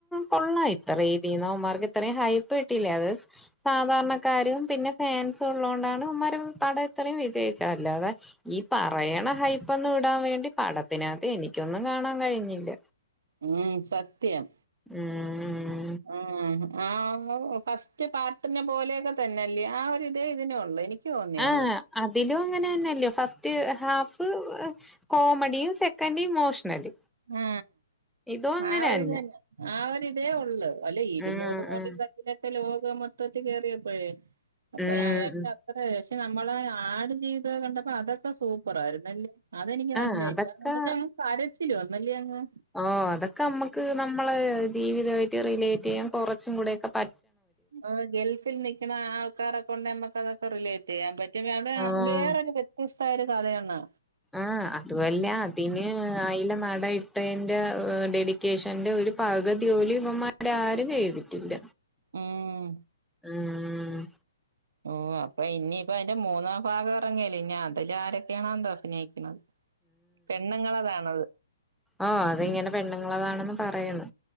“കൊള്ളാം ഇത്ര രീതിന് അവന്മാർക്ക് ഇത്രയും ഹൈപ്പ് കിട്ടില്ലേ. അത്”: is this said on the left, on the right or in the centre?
Centre